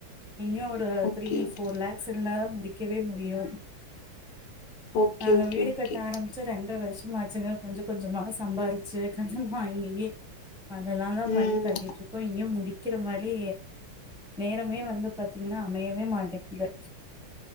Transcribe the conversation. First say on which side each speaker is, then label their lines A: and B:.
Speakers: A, in the centre; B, on the left.
A: இன்னு ஒ ரு
B: okay
A: three
B: okay
A: four lakhs இருந்தாதா முடிக்கவே முடியு
B: ஓகே
A: நாங்க
B: ஓகே
A: வீடு
B: ஓகே
A: கட்ட ஆரம்பிச் சி ரெண்ட்ர வருஷமாச்சுங்க கொஞ்ச கொஞ்சமா சம்பாரிச்சு கடன் வாங்கி அதெல்லா தா
B: ம்
A: பண்ணி கட்டிட்ருக் க்கோ இங்கயு முடிக்கிற மாரி நேரமே வந்து பாத்தீங்ன்னா அமையவே மாட்டேங்குது